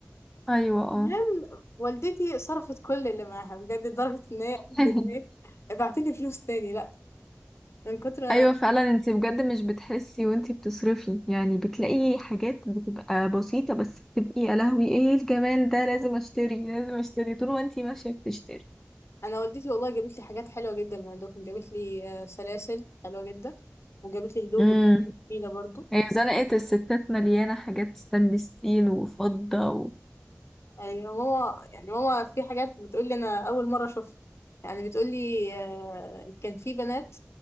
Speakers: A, in the centre; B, on the left (about 70°).
A: ايوه
B: المهم
A: اه
B: والدتي صرفت كل اللي معاها بجد لدرجة إن هي قالت
A: <laughs>
B: إن هي ابعتلي فلوس تاني لأ من كتر ما-
A: ايوه فعلا انت بجد مش بتحسي وانت بتصرفي يعني بتلاقي حاجات بتبقى بسيطة بس بتبقي يا لهوي ايه الجمال ده لازم اشتري لازم اشتري طول ما انت ماشية بتشتري
B: أنا والدتي والله جابت لي حاجات حلوة جدا من عندكم جابت لي آه، سلاسل حلوة جدا وجابت لي هدوم
A: امم
B: بجد جميلة برضه
A: هي زنقة الستات مليانة حاجات ستانلس ستيل وفضة و...
B: ايوه ماما يعني ماما في حاجات بتقول لي انا اول مره اشوفها يعني بتقول لي آه، كان في بنات